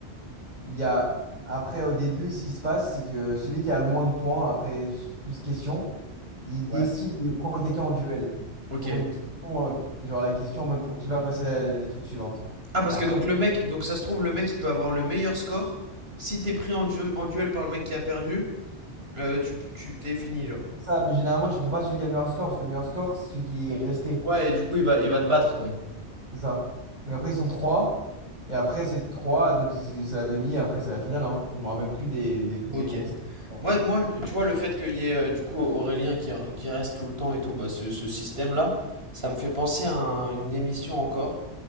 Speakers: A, on the right; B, on the right.
A: Il y a... Après, au début, ce qui se passe, c'est que celui qui a le moins de points, après plus de questions, il
B: Ouais.
A: décide de prendre quelqu'un en duel.
B: Ok.
A: Pour une question, euh, genre la question en mode pour qui va passer la- les trucs suivantes.
B: Ah, parce
A: Et Après,
B: que donc le mec, donc ça se trouve, le mec, il peut avoir le meilleur score. Si t'es pris en, du- en duel par le mec qui a perdu, euh, tu, tu t'es fini, genre.
A: ça, mais généralement, tu prends pas celui qui a le meilleur score, parce que le meilleur score, c'est celui qui est resté.
B: Ouais, et du coup, il va, il va te battre, quoi.
A: C'est ça. Donc après, ils sont trois. Et après, c'est trois. Donc c'est c'est la demi. Et après, c'est la finale. Hein. Je me rappelle plus des, des, des
B: Ok.
A: concepts. hein.
B: Moi, moi, tu vois, le fait qu'il y ait euh, du coup Aurélien qui, qui reste tout le temps et tout, bah, ce, ce système-là, ça me fait penser à un- une émission encore.